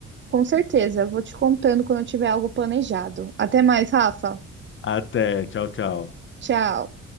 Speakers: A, on the right; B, on the left.
A: Com certeza, vou te contando quando eu tiver algo planejado. Até mais, Rafa.
B: Até, tchau, tchau.
A: Tchau.